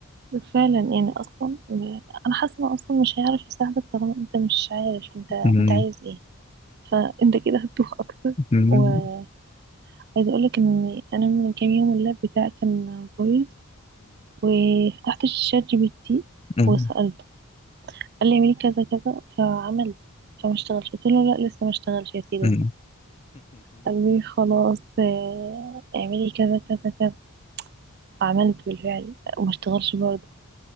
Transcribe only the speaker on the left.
مم.
مم.
مم.
مم.